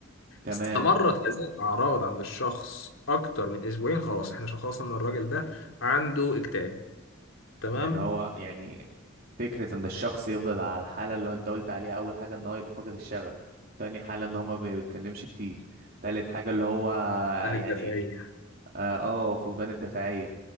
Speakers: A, on the right; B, on the left.
A: تمام
B: استمرت هذه الاعراض عند الشخص اكتر من اسبوعين خلاص احنا شخصنا ان الراجل ده عنده اكتئاب تمام
A: يعني هو يعني فكرة ان الشخص يفضل على الحالة اللي هو انت قلت عليها اول حاجة ان هو يبقى فاقد الشغف تاني حالة ان هو ما بيتكلمش كتير تالت حاجة اللي هو
B: من
A: يعني
B: الدافعيه
A: اه آه، فقدان الدافعية